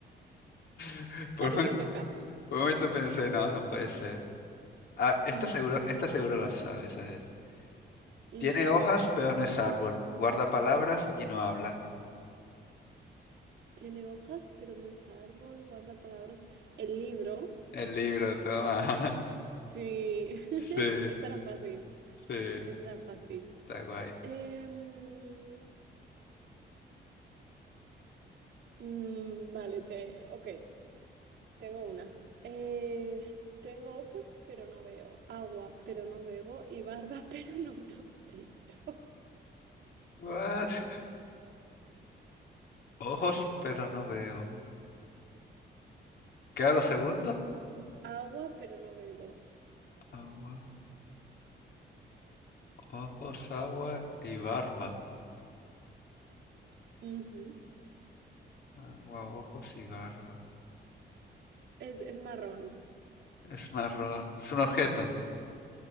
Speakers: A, on the left; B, on the right.
A: <laughs> Por
B: Vale,
A: un, momento
B: te toca.
A: por un momento pensé, no, no puede ser. Ah, esta
B: Mm,
A: seguro, esta seguro la sabes, a ver.
B: ujú.
A: Tiene hojas, pero no es árbol. Guarda palabras y no habla.
B: Tiene hojas, pero no es árbol. Guarda palabras. El libro.
A: El libro, toma. <laughs>
B: Sí. <laughs>
A: Sí,
B: Esa era fácil.
A: sí,
B: Esa era fácil.
A: está guay.
B: Em, mm, vale, te. Ok, tengo una. Eh, tengo ojos, pero no veo. Agua, pero no bebo. Y barba, <laughs> pero no me afeito.
A: What? Ojos, pero no veo. ¿Qué era lo segundo?
B: Agua, pero no bebo.
A: Agua, ojos, agua y barba.
B: Ujú.
A: Agua, ojos y barba.
B: Es, es marrón.
A: Es marrón. Es un objeto